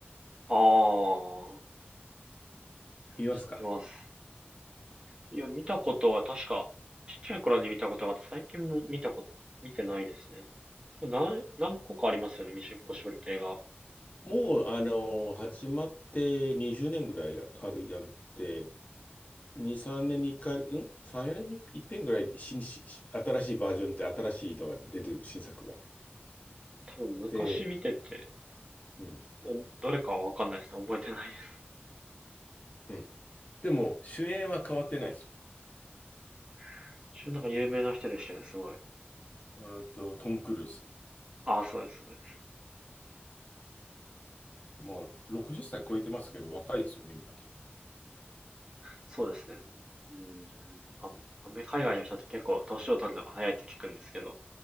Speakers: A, on the right; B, on the left.
A: ああ、
B: 見ますか
A: 知ってます。いや、見たことは確か、ちっちゃい頃に見たことがあって、最近も見たこと、見てないですね。でも何、何個かありますよね、ミッションインポッシブルって映画。
B: もう、あの、始まって20年ぐらいあるやんって、2、3年に1回、うん ?3、4年に1遍ぐらい新し、新しいバージョンって新しいのが出てる、新作が。
A: 多分昔見てて、
B: で、うん、
A: お、どれかはわかんないですね。覚えてないです。
B: うん。でも、主演は変わってないですよ。
A: <laughs> 一応なんか有名な人でしたね、すごい。
B: うーんと、トム・クルーズ。
A: ああ、そうですね。
B: もう60歳超えてますけど、若いですよね、見かけ。
A: そうですね。うーん、あ、アメ海外の人って結構年を取るのが早いって聞くんですけど、